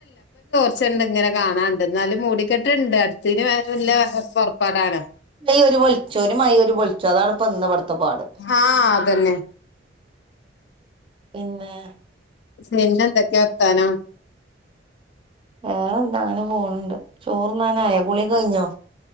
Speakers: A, on the left (about 65°); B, on the right (about 30°).
A: ച്ച്ണ്ട് ങ്ങനെ കാണാണ്ട് ന്നാലും മൂടിക്കെട്ട്ണ്ട് അടുത്തിന് വര്ല്ല പൊർപ്പാടാണ്
B: <unintelligible> ഒരു വൊൾച്ചോര് മയ ഒര് വൊൾച്ച അതാണ് പ്പൊ ഇന്ന് വ്ട് ത്തപാട്
A: ആഹ് അതന്നെ
B: പിന്നേ
A: പിന്നെന്തെക്കെ വർത്താനോ
B: വേറെ എന്താ അങ്ങനെ പോണ് ണ്ട് ചോറ്ന്നാനായൊ കുളി കയ്ഞ്ഞോ